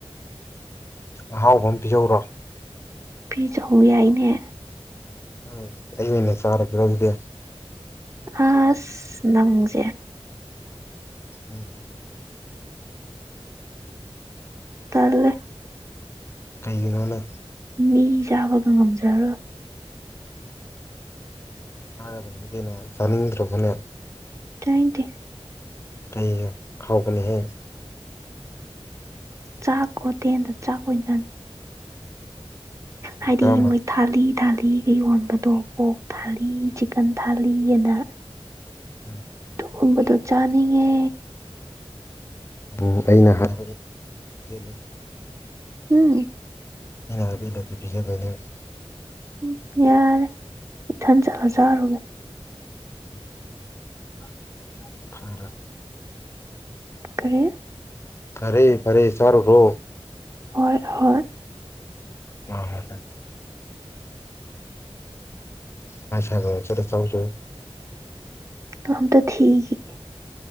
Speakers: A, on the left (about 25°); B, on the right (about 30°).
A: ꯑꯍꯥꯎꯕ ꯑꯃ ꯄꯤꯖꯧꯔꯣ
B: ꯄꯤꯖꯧ ꯑꯣ ꯌꯥꯏꯅꯦ
A: ꯎꯝ ꯍꯩ ꯑꯣꯏꯅ ꯆꯥꯔꯁꯤꯔꯣ ꯑꯗꯨꯗꯤ
B: ꯑꯁ ꯅꯪꯁꯦ
A: ꯎꯝ
B: ꯇꯜꯂꯦ
A: ꯀꯩꯒꯤꯅꯣꯅꯦ
B: ꯃꯤ ꯆꯥꯕꯒ ꯉꯝꯖꯔꯣꯏ
A: ꯆꯥꯒꯗꯕꯅꯤ ꯀꯩꯅꯣ ꯆꯥꯅꯤꯡꯗ꯭ꯔꯕꯅꯦ
B: ꯆꯥꯅꯤꯡꯇꯦ
A: ꯀꯩꯒꯤ ꯍꯥꯎꯕꯅꯤꯍꯦ
B: ꯆꯥꯛ ꯈꯣꯠꯇꯦꯜꯗ ꯆꯥꯛ ꯑꯣꯏꯅ ꯍꯥꯏꯗꯤ
A: ꯀꯔꯝꯕ
B: ꯃ ꯊꯥꯂꯤ ꯊꯥꯂꯤꯒ ꯌꯣꯟꯕꯗꯣ ꯄꯣꯛ ꯊꯥꯂꯤ ꯆꯤꯛꯀꯟ ꯊꯥꯂꯤ ꯑꯅ
A: ꯎꯝ
B: ꯒꯨꯝꯕꯗꯣ ꯆꯥꯅꯤꯡꯉꯦ
A: ꯎꯝ ꯑꯩꯅ ꯍꯥꯏ <inaudible>
B: ꯍꯝ
A: ꯑꯩꯅ ꯍꯥꯏꯕ ꯏꯜꯂꯗꯤ ꯄꯤꯖꯗꯣꯏꯅꯦꯕ
B: ꯍꯝ ꯌꯥꯔꯦ ꯏꯊꯟ ꯆꯠꯂ ꯆꯥꯔꯨꯒꯦ
A: <unintelligible> ꯈꯔ
B: ꯀꯔꯤ
A: ꯐꯔꯦ ꯐꯔꯦ ꯆꯥꯔꯨꯔꯣ
B: ꯍꯣꯏ ꯍꯣꯏ
A: <unintelligible> ꯉꯥꯏ ꯁꯒ ꯆꯦꯗ ꯆꯧꯁꯨ
B: ꯍ ꯊ